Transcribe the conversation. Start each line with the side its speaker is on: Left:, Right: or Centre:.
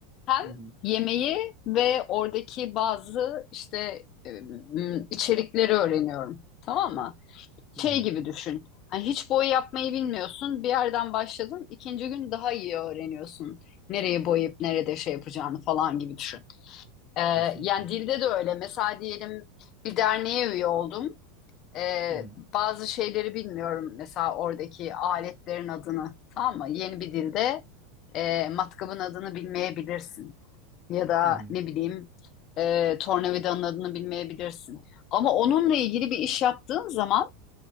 Left: hem
Centre: Hı hı.
Left: yemeği ve oradaki bazı işte e, m, içerikleri öğreniyorum. Tamam mı? şey
Centre: Hı hı.
Left: gibi düşün. Hani hiç boya yapmayı bilmiyorsun. Bir yerden başladın. ikinci gün daha iyi öğreniyorsun. Nereye boyayıp nerede şey yapacağını falan gibi düşün. Ee,
Centre: Kesinlikle.
Left: yani dilde de öyle. Mesela diyelim bir derneğe üye oldum. Ee,
Centre: Hı hı.
Left: bazı şeyleri bilmiyorum. Mesela oradaki aletlerin adını. Tamam mı? Yeni bir dilde e, matkabın adını bilmeyebilirsin. Ya da
Centre: Hı hı.
Left: ne bileyim e, tornavidanın adını bilmeyebilirsin. Ama onunla ilgili bir iş yaptığın zaman